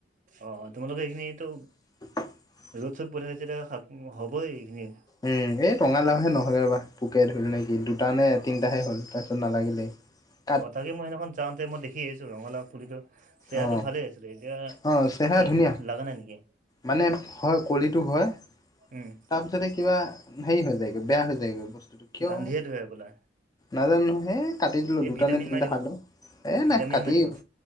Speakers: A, on the right; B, on the left.
A: অঁ' তোমালোকে এইখিনিটো
B: <unintelligible>
A: ৰ'দ চ'দ পৈ থাকিছে এতিয়া হ'বই এইখিনিয়ে।
B: উমঁ' এই টঙালাওহে নহ'লে ৰবা, পোকে ধৰিলে নেকি দুটা নে তিনটাহে হ'ল তাৰপিছত নালাগিলে। <inaudible>
A: অঁ' তাকে মই সেইদিনাখন যাওঁতে মই দেখি আহিছো ৰঙালাও পুলিটো চেহেৰাটো
B: অ
A: ভালে আছিলে, এতিয়া
B: অ চেহেৰা
A: কি
B: ধুনীয়া
A: লগা নাই নেকি?
B: মানে হয় কলিতো হয়,
A: উম
B: তাৰপি ছতে কিবা হেৰি হৈ যায়গৈ, বেয়া হৈ যায়গৈ বস্তুটো কিয়
A: গান্ধীয়ে
B: বা।
A: ধৰে হবলা
B: নাজানো নহয়, সেই কাটি দিলোঁ,
A: এই
B: দুটা
A: ভিটামিন
B: নে তিনিটা
A: মাৰি দিবা
B: খালোঁ, এ
A: ভিটামিন
B: নাই কাটিয়ে
A: মাৰি দিবা
B: দিলো।